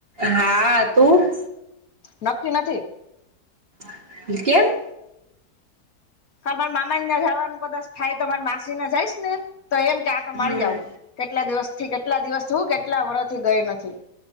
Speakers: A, on the right; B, on the left.
A: હા, તું?
B: નક્કી નથી
A: <unintelligible> કેમ?
B: કાલ મારા મામાના ન્યા જવાનું કદાચ થાય, તો મારી માસીને જઈશ ને, તો એમ કે આટો
A: હમ્મ.
B: મારી આવું. કેટલા દિવસથી, કેટલા દિવસથી, હુ કેટલા વરહથી ગઈ નથી,